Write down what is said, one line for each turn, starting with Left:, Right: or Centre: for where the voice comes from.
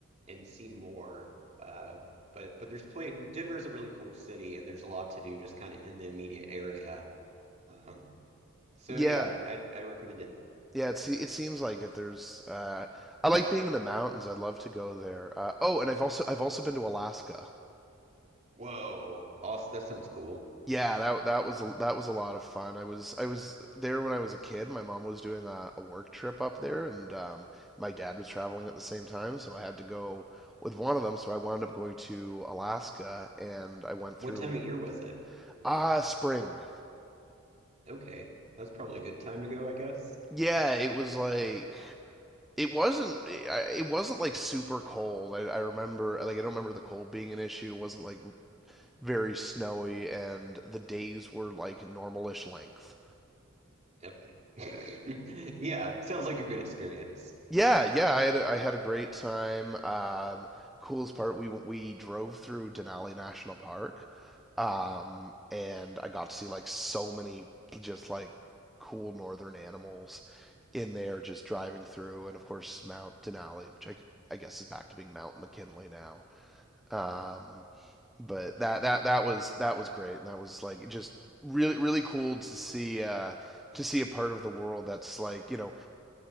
Right: and see more. Uh, but but there's plenty. Denver's a really cool city, and there's a lot to do just kind of in the immediate area. Um, so
Centre: Yeah,
Right: yeah, I I recommend it.
Centre: yeah. It se- it seems like it. There's uh, I like being in the mountains. I'd love to go there. Uh, oh, and I've also I've also been to Alaska.
Right: Whoa. Awesome. That sounds cool.
Centre: Yeah, that that was a- that was a lot of fun. I was I was there when I was a kid. My mom was doing a, a work trip up there, and um, my dad was traveling at the same time, so I had to go with one of them. So I wound up going to Alaska, and I went
Right: What
Centre: through
Right: time of year was it?
Centre: ah spring.
Right: Okay. That's probably a good time to go, I guess.
Centre: Yeah, it was like it wasn't I- it wasn't like super cold. I, I remember like I don't remember the cold being an issue. It wasn't like very snowy, and the days were like normalish length.
Right: Okay. <laughs> Yeah, sounds like a good experience.
Centre: Yeah, yeah, I had a, I had a great time. Um, coolest part, we we drove through Denali National Park, um, and I got to see like so many just like cool northern animals in there just driving through, and of course Mount Denali, which I I guess is back to being Mount McKinley now. Um, but that that that was that was great, and that was like just really really cool to see uh, to see a part of the world that's like you know